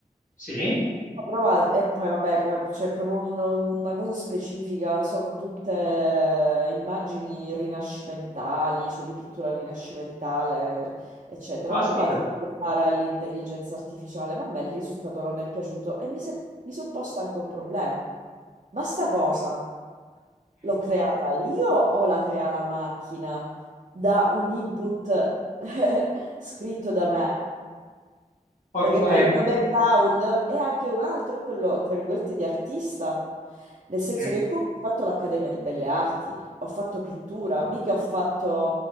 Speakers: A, on the left; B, on the right.
A: Sì,
B: ho provato, e poi vabbè, per- c'è proprio un- una cosa specifica, sono tutte eh, immagini rinascimentali, cioè di pittura rinascimentale, eccetera.
A: aspita.
B: Ho provato a fare all'intelligenza artificiale, ma a me il risultato non è piaciuto e mi, se- mi sono posta anche un problema. Ma sta cosa? L'ho creata io o la crea la macchina da un input <laughs> scritto da me?
A: Ok,
B: Perché poi il mio background è anche un altro, è quello, tra virgolette, di artista. Nel senso
A: Mm.
B: che comunque ho fatto l'Accademia di Belle Arti, ho fatto pittura, mica ho fatto...